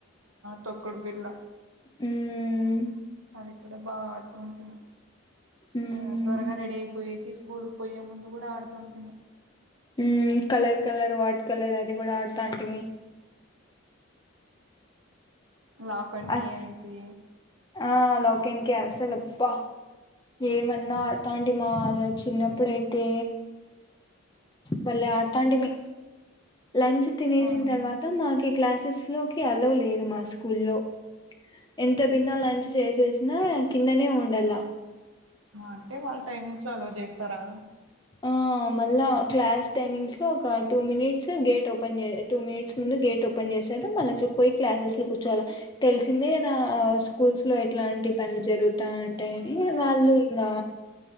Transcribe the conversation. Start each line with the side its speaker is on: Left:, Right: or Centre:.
Right: తొకుడుబిల్లా
Left: మ్మ్
Right: అది కూడా బాగా ఆడుతూ ఉంటిమి
Left: మ్మ్
Right: ఆ త్వరగా రెడీ అయిపోయిసి స్కూలుకు పోయే ముందు కూడా ఆడుతుంటిమీ
Left: ఉ కలర్ కలర్ వాట్ కలర్ అది కూడా ఆడతా అంటిమీ
Right: లాకాడ్కి
Left: అస్
Right: అనేసి
Left: ఆ లాక్కేన్కి అసలుబ్బ ఏమన్నా ఆడతాండిమా అసలు చిన్నప్పుడైతే బలే ఆడతంతిని లంచ్ తినేసిన
Right: ఆ
Left: తర్వాత మాకి క్లాసెస్ లోకి అలో లేదు మా స్కూల్ లో ఎంత లంచ్ చేసేసినా కిందనే ఉండలా
Right: అంటే వాళ్ళ టైమింగ్స్ లో అల్లో చేస్తారా
Left: ఆ మళ్ళా క్లాస్ టైమింగ్స్ లో ఒక two minutes gate open two minutes ముందు గేట్ ఓపెన్ చేశారు మళ్ళ పోయి క్లాసెస్ లో కూర్చోల తెలిసిందే కదా స్కూల్స్ లో ఎట్లాంటి పనులు జరుగుతా ఉంటాయని వాళ్ళు ఇంకా